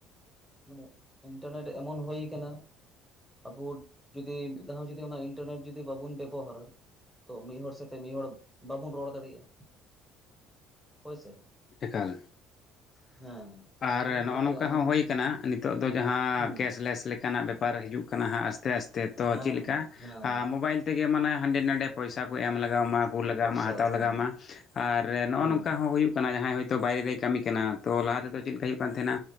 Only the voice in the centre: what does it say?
ᱢᱟᱱᱮ ᱤᱱᱴᱟᱨᱱᱮᱴ ᱮᱢᱚᱱ ᱦᱩᱭ ᱟᱠᱟᱱᱟ ᱟᱵᱚ ᱡᱩᱫᱤ ᱢᱤᱫ ᱫᱦᱚ ᱡᱩᱫᱤ ᱚᱱᱟ ᱤᱱᱴᱟᱨᱱᱮᱴ ᱡᱩᱫᱤ ᱵᱟᱵᱚᱱ ᱵᱮᱵᱚᱦᱟᱨᱟ ᱛᱚ ᱢᱤᱫ ᱦᱚᱲᱚᱲ ᱥᱟᱛᱮ ᱢᱤᱫ ᱦᱚᱲᱚᱲ ᱵᱟᱵᱚᱱ ᱨᱚᱲ ᱫᱟᱲᱮᱭᱟᱜᱼᱟ ᱦᱚ ᱥᱮ
ᱦᱮᱸ ᱛᱚ
ᱤᱱᱴᱟᱨᱱᱮᱴ
ᱱᱤᱛᱚᱜ
ᱮᱢᱚᱱ
ᱦᱩᱸ
ᱦᱮᱸ
ᱦᱮᱸ
ᱯᱚᱭᱥᱟ
ᱦᱮᱸ
ᱦᱩᱸ